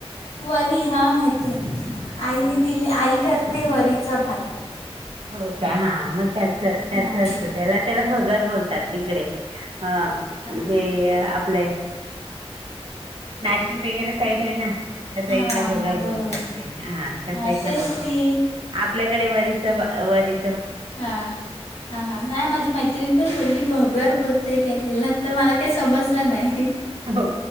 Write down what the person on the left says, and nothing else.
वरी हा माहितीय
आईने
दिली आई करते वरीचा भात
हां
हां हां
हां
हां
बरोबर
हां तेच
ती
हा हा हा नाही माझी मैत्रिण पण बोलली भगर बोलतेय गेलेलं तर मला काही समजलं नाही